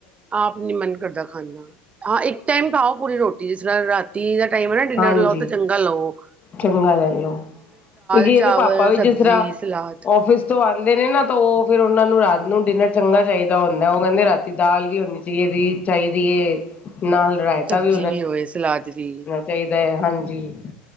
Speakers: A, on the right; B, on the left.
A: ਆਪ ਨੀ ਮਨ ਕਰਦਾ ਖਾਂਣ ਦਾ ਹਾਂ ਇੱਕ ਟਾਇਮ ਖਾਓ ਪੂਰੀ ਰੋਟੀ ਜਿਸ ਤਰ੍ਹਾਂ ਰਾਤੀ ਦਾ ਟਾਈਮ ਨਾਲ ਡਿਨਰ
B: ਹਾਂਜੀ
A: ਲਓ ਤੇ ਚੰਗਾ ਲਵੋ
B: ਚੰਗਾ ਲੈਲੋ ਕਿਉਂਕਿ
A: ਚਾਵਲ
B: ਇਹਦੇ ਪਾਪਾ ਵੀ
A: ਸਬਜ਼ੀ
B: ਜਿਸ ਤਰ੍ਹਾਂ
A: ਸਲਾਦ
B: ਔਫਿਸ ਤੇਔ ਆਉਂਦੇ ਨੇ ਨਾ ਤਾਂ ਉਹ ਫਿਰ ਉਹਨਾਂ ਨੂੰ ਰਾਤ ਨੂੰ ਡਿਨਰ ਚੰਗਾ ਚਾਹੀਦਾ ਹੁੰਦਾ ਉਹ ਕਹਿੰਦੇ ਰਾਤੀ ਦਾਲ ਵੀ ਹੋਣੀ ਚਾਹੀਏ ਵੀ ਚਾਹੀਦੀ ਹੈ ਨਾਲ ਰਾਇਤਾ
A: ਸਬਜ਼ੀ
B: ਵੀ
A: ਹੋਏ ਸਲਾਦ ਵੀ
B: ਚਾਹੀਦਾ ਹਾਂਜੀ